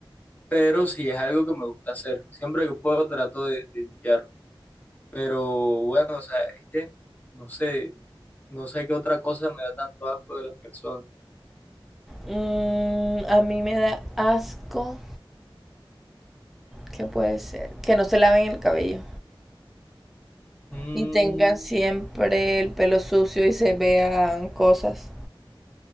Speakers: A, on the left; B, in the centre.
A: Pero sí es algo que me gusta hacer. Siempre que puedo trato de, de limpiar. Pero bueno, o sea, es que no sé, no sé qué otra cosa me da tanto asco de las personas.
B: Mm, a mí me da asco, ¿qué puede ser? Que no se laven el cabello
A: Mm,
B: y tengan siempre el pelo sucio y se vean cosas.